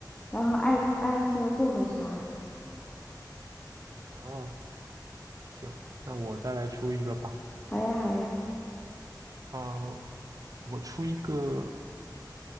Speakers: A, on the left (about 15°); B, on the right (about 50°).
A: 然后爱爱喝薄荷茶，
B: 哦，行，那我再来出一个吧。
A: 好呀好呀，
B: 啊、我出一个